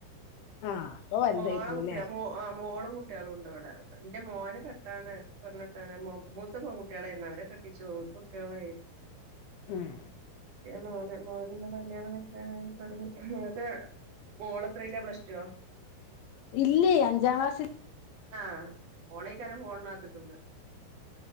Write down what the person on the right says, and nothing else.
മോളകുട്ടിയ
ആ മോളും കു ട്ടിയാളുണ്ട് ഇവിടെ എന്റെ മോന് കെട്ടാനായി പെണ്ണെ ട്ടാനായി മൂ മൂത്ത പെൺകുട്ടിയാളായിരുന്നു അവരെ കെട്ടിച്ചു ഓർക്ക് കുട്ടിയാളായി
മോന് മോനൊന്ന് കല്യാണം കൈക്കാനായി തൊട്ങ്ങി പ്പെ ഓളത്രീല പ്ലസ് ടോ
ആഹ് ഓളേക്കാരം ഫോണിന് അകത്ത്ക്ക്ണ്ട്